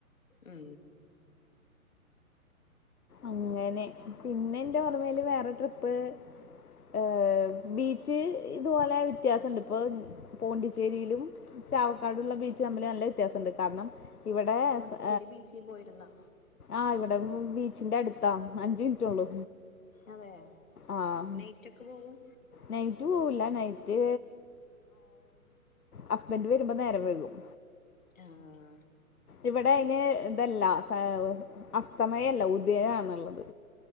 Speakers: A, on the left (about 65°); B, on the left (about 80°).
A: ഉം
B: അങ്ങനെ പിന്നെ എന്റെ ഓർമ്മയില് വേറെ ട്രിപ്പ് ഏഹ് ബീച്ച് ഇതുപോലെ വ്യത്യാസംണ്ട് ഇപ്പോ പോണ്ടിച്ചേരിയിലും ചാവക്കാടുള്ള ബീച്ച് തമ്മില് നല്ല വ്യത്യാസംണ്ട് കാരണം ഇവിടെ
A: പോണ്ടിച്ചേരി
B: സ്
A: ബീച്ചിൽ പോയിരുന്നോ
B: ആഹ് ഇവിടെ ബീച്ചിന്റെ അടുത്താ അഞ്ചു മിനിറ്റൊള്ളൂ
A: അതെ
B: ആഹ്
A: നൈറ്റൊക്കെ പോകും
B: നൈറ്റ് പോവുല്ല നൈറ്റ് ഹസ്ബൻഡ് വരുമ്പോ നേരം വൈകും
A: ആ ഹ
B: ഇവിടെ അതിന് ഇതല്ല സ അസ്തമയല്ല ഉദയാണുള്ളത്